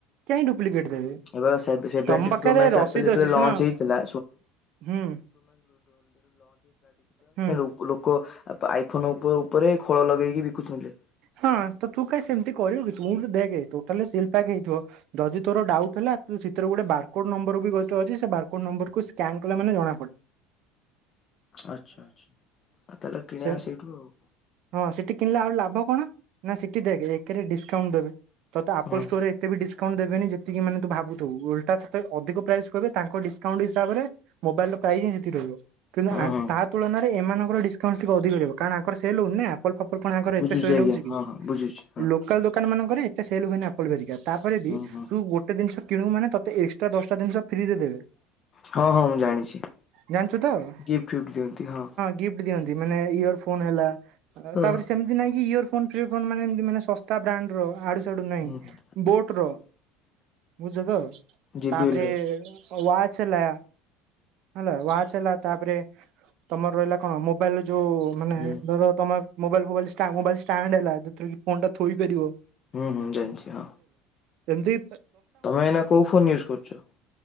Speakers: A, on the right; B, on the left.
A: କାହିଁ ଡୁପ୍ଲିକେଟ ଦେବେ
B: ଏଳେ ହେଇଥିଲା ଶ ହେଥିଲା
A: ତମ ପାଖରେ
B: ଦେଖିାଇ <unintelligible>
A: ରସିଦ ଅଛି ଶୁଣ
B: ଜ
A: ହୁଁ ହୁଁ।
B: ଆଉ ଆଇଫୋନ ଉପ ଉପରେ ଖୋଳ ଲଗେଇକି ବିକୁଥିଲେ
A: ହଁ ତୁ କଁ ସେମିତି କରିବୁ କି ତୁ ଦେଖ ଟୋଟାଲିପାକ୍ ହେଇଥିବ ଯଦି ତୋର ଡାଉଟ୍ ହେଲା ତୁ ସେରେ ଗୋଟେ ବାରକୋଡ ନମ୍ବର ବି ଗ ଅଛି ବକୋଡ ନମ୍ବର ସ୍କାନ କଲେ ମାନେ ଜଣାଡେ
B: ଆଚ୍ଛା ଆଚ୍ଛା ଆଉ ତାହେଲେ କିଣିବା
A: ସେ
B: ସେଇଠୁ ଆଉ
A: ହଁ ସେଠି କିଣିଲେ ଆଉ ଲାଭ କଣ ନା ସେଠି ଦେଖ ଏକରେ ଡିସକାଉଣ୍ଟ ଦେବେ ତତେ ଆପଲ
B: ହୁଁ
A: ଷ୍ଟୋର ଏତେ ବି କଣ ଦେବେନି ଯେତିକି ମାନେ ତୁ ଭାବୁଥିବୁ ଓଲଟା ତତେ ଅଧିକ ପ୍ରାଇସ କହିବେ ତାଙ୍କ ଡିସକାଉଣ୍ଟ ହିସବାରେ ମୋାଇଲ ର ପ୍ରାଇସ୍ ହି ସେତିକ ରହିବ କିୁ
B: ହୁଁ ହୁଁ
A: ତା ତୁଳନା ଏମାନଙ୍କର ଡିସକାଉଣ୍ଟ ଟିକେ ଅଧିକ ରହିବ କାରଣ ଲୁ ଆପଲ ଫପର କଣଙ୍କର
B: ବୁଝୁଛି
A: ଏତେ ଶୋଇ
B: ଆଜ୍ଞା
A: ଲାଗଛି କି
B: ହଁ ହଁ ବୁଝୁଛି ହଁ।
A: ଲୋକାଲ ଦୋକାନ ମାନଙ୍କ ଏତେ ସେ ଲୁ ଆପି ଆ ତାପରେ ବି
B: ହୁଁ ହୁଁ
A: ତୁ ଗୋଟେ ଜିନିଷ କିଣୁ ମାନେ ତତେ ଏକ୍ସଟ୍ରା ଦଶଟା ଜିନିଷ ଫ୍ରି ରେ ଦେବେ।
B: ହଁ ହଁ ମୁଁ ଜାଣିଛି
A: ଜାଣିଛୁ ତ ହଁ
B: ଗିଫ୍ଟ ଫିଫ୍ଟ ଦିଅନ୍ତି ହଁ।
A: ଗିଫ୍ଟ ଦିଅନ୍ତି ମାନେ ଇୟର ଫୋନ୍ ହେଲା
B: ହଁ।
A: ତାପରେ ସେମତିିନାଗି ଇୟର ଫୋ <unintelligible> ଛାଡୁ ନାହିଁ
B: ହୁଁ ହୁଁ
A: ବୋଟ ର। ବୁଝଛ ତ।
B: ଜେବିଏଲ୍
A: ତାପରେ
B: ର
A: ୱାଚ ହେଲା ହେଲା ୱାଚ ହେଲା ତାପରେ ତମର ରହିଲା କଣ ମୋବାଇଲ ଯୋଉ ମାନେ
B: ହୁଁ
A: ଧର। ମୋବାଇଲବ ଫୋବାଇଲ୍ ମୋବାଇଲ ଷ୍ଟାଣ୍ଡ ହେଲା ଫୋନ୍ ଟା ଥୋଇପାରିବ।
B: ହୁଁ ହୁଁ ଯାନ୍ଛି।
A: ଯେମିତି।
B: ତମେ ଏଇନା କୋଉ ଫୋନ ୟୁଜ କରୁଛ।